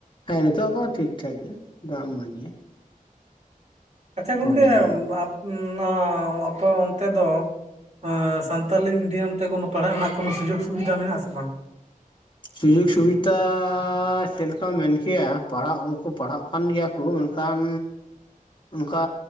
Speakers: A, on the left; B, on the right.
A: ᱦᱮᱸ ᱱᱤᱛᱚᱜ ᱫᱚ ᱴᱷᱤᱠ ᱴᱷᱟᱠ ᱜᱮᱭᱟ ᱫᱟᱜ ᱢᱚᱸᱡᱽ ᱜᱮᱭᱟ
B: ᱟᱪᱪᱷᱟ ᱜᱚᱝᱠᱮ
A: ᱯᱨᱚᱵᱞᱮᱢ
B: <unintelligible> ᱟᱯᱮ ᱚᱱᱛᱮ ᱫᱚᱼᱼ ᱳᱻ ᱥᱟᱱᱛᱟᱞᱤ ᱢᱤᱰᱤᱭᱟᱢ ᱛᱮ ᱠᱳᱱᱳ ᱯᱟᱲᱦᱟᱜ ᱨᱮᱱᱟᱜ ᱠᱳᱱᱳ ᱥᱩᱡᱳᱜᱽ ᱥᱩᱵᱤᱫᱷᱟ ᱢᱮᱱᱟᱜ-ᱟ ᱟᱥᱮ ᱵᱟᱝ
A: ᱥᱩᱡᱳᱜᱽ ᱥᱩᱵᱤᱫᱷᱟ ᱪᱮᱫ ᱞᱮᱠᱟᱢ ᱢᱮᱱ ᱠᱮᱭᱟ ᱯᱟᱲᱦᱟᱜ ᱦᱚᱲ ᱠᱚ ᱯᱟᱲᱦᱟᱜ ᱠᱟᱱ ᱜᱮᱭᱟ ᱠᱚ ᱢᱮᱱ ᱠᱷᱟᱱ ᱚᱱᱠᱟ